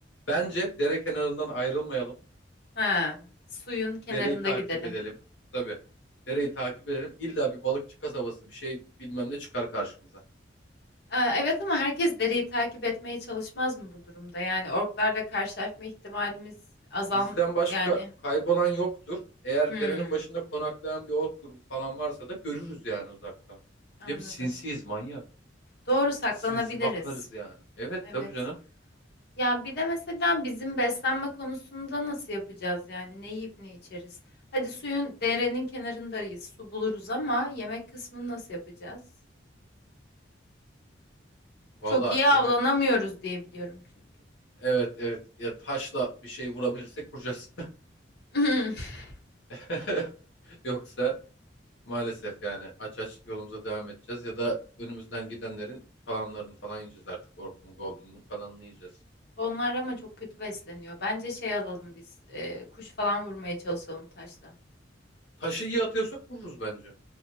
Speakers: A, on the left; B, on the left.
A: Bence dere kenarından ayrılmayalım.
B: Ha, suyun kenarında
A: Dereyi takip
B: gidelim.
A: edelim. Tabii. Dereyi takip edelim. İlla bir balıkçı kasabası bir şey bilmem ne çıkar karşımıza.
B: Aa, evet ama herkes dereyi takip etmeye çalışmaz mı bu durumda? Yani orklarla karşılaşma ihtimalimiz azal
A: Bizden başka
B: yani.
A: kaybolan yoktur. Eğer
B: Hmm,
A: derenin başında konaklayan bir ork grubu falan varsa da görürüz yani uzaktan.
B: anladım.
A: Bir de biz sinsiyiz manyak.
B: Doğru saklanabiliriz.
A: Sinsi sinsi bakarız yani. Evet
B: Evet.
A: tabii canım.
B: Ya bir de mesela bizim beslenme konusunda nasıl yapacağız yani ne yiyip ne içeriz? Hadi suyun derenin kenarındayız, su buluruz ama yemek kısmını nasıl yapacağız?
A: Valla
B: Çok iyi
A: yemek
B: avlanamıyoruz diye biliyorum çünkü.
A: Evet evet ya taşla bir şey vurabilirsek vuracağız.
B: <laughs>
A: <laughs> Yoksa maalesef yani aç aç yolumuza devam edeceğiz ya da önümüzden gidenlerin kalanlarını falan yiyeceğiz artık. Orkun Goblin'in kalanını yiyeceğiz.
B: Onlar ama çok kötü besleniyor. Bence şey alalım biz, e, kuş falan vurmaya çalışalım taşla.
A: Taşı iyi atıyorsak vururuz bence.